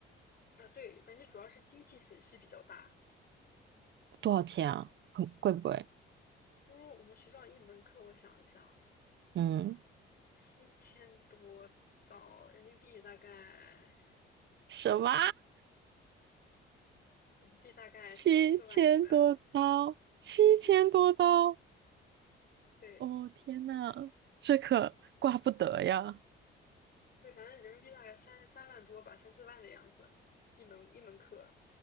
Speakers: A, on the left; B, on the right.
A: 啊，对，感觉主要是经济损失比较大。
B: 多少钱啊？很贵不贵？
A: 因为我们学校一门课，我想一想，
B: 嗯，
A: 七千多到人民币大概
B: 什么？
A: 人民币大概三四万一门，
B: 七千多刀？七千多刀？
A: 一学期，对
B: 哦，天呐，这可挂不得呀！
A: 对，反正人民币大概三三万多吧，三四万的样子，一门一门课，